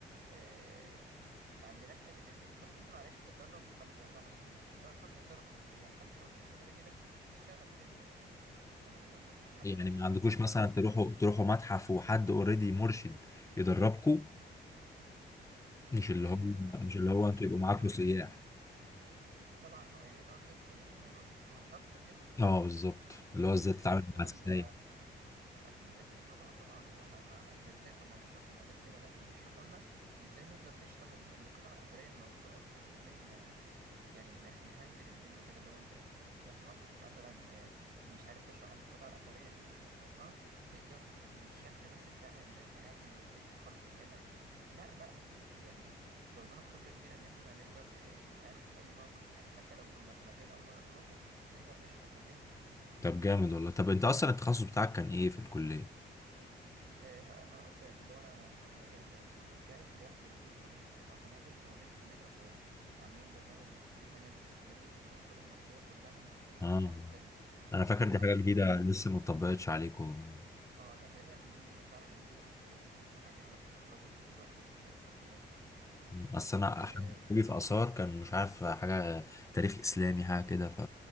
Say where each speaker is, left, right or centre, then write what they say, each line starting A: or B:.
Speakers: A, on the right; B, on the left.
A: آه، ما عندناش حته ان انت بس انت معلش هتتدرب ما انت لو هتتدرب هتتدرب على سياح فانت انت كده كده هتشتغل في ال- في المجال مباشره حتى
B: يعني
A: لو
B: ما عندكوش
A: الفلوس
B: مثلا
A: قليله
B: تروحوا تروحوا متحف وحد اوريدي مرشد يدربكوا مش اللي
A: آه،
B: هو
A: اكيد
B: مش اللي هو
A: اكيد
B: انتوا يبقوا
A: طبعا
B: معاكوا سياح
A: اكيد طبعا هو- يعني انت قصدك يعني احنا نروح نسمع شرح وكده
B: اه بالظبط اللي هو ازاي تتعامل
A: اه طبعا
B: مع السياح
A: ده اكيد اكيد طبعا طبعا وما ما احنا ازاي كنا هنشرح من غير كده لا دول بيشرحوا لنا ازاي نقدر نشرح ال- القطع الاثريه الموجوده اصلا ازاي ن... يعني نه- نهندل الدنيا كده لو انت تبقى في موقف مثلا آه، مش عارف تشرح القطع الاثريه دي ومش عارف شرحها تقدر من الشكل بس بتاعها ازاي تتعامل وازاي تخلص حالك لا لا اكيد يعني زودونا بخبره كبيره ان احنا نقدر آه، نتعامل في اي موقف يعني حتى لو كنا في مكان اول مره نروحه نقدر نشرح ونهري
B: طب جامد والله طب انت اصلا التخصص بتاعك كان ايه في الكلية
A: إيه، ما انا قلت لك اللي هو انا شغال القسم بتاعي دامج ما بين كليه سياحه وفنادق وما بين كليه اثار عاملين برنامج بحيث ان احنا ندرس التاريخ والاثار المصريه كلها من
B: اه
A: من قبل التاريخ
B: انا فاكر
A: لحد
B: دي حاجة جديدة لسه ما اتطبقتش عليكم
A: اه لا ده هي جديده هي فعلا جديده جدا يعني دفعتين بس اتخرجوا لحد دلوقتي من القسم ده
B: اصل انا
A: آه،
B: حد في اثار كان مش عارف حاجة تاريخ اسلامي حاجة كده ف